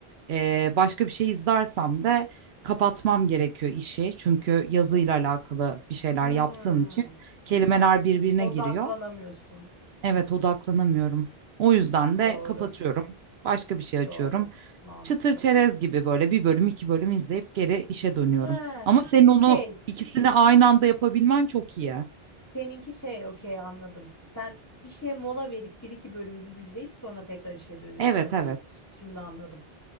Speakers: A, on the right; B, on the left.
A: Ee, başka bir şey izlersem de kapatmam gerekiyor işi. Çünkü yazıyla alakalı bir şeyler
B: Hmm.
A: yaptığım için kelimeler birbirine
B: Odaklanamıyorsun.
A: giriyor. Evet, odaklanamıyorum. O yüzden de
B: Doğru.
A: kapatıyorum. Başka bir şey açıyorum.
B: Doğru. Mantıklı.
A: Çıtır çerez gibi böyle bir bölüm, iki bölüm izleyip geri işe dönüyorum.
B: Ha,
A: Ama senin onu
B: şey
A: ikisini aynı anda yapabilmen çok iyi.
B: Seninki şey okey anladım. Sen işe mola verip bir iki bölüm dizi izleyip sonra tekrar işe dönüyorsun
A: Evet,
B: okey.
A: evet.
B: Şimdi anladım.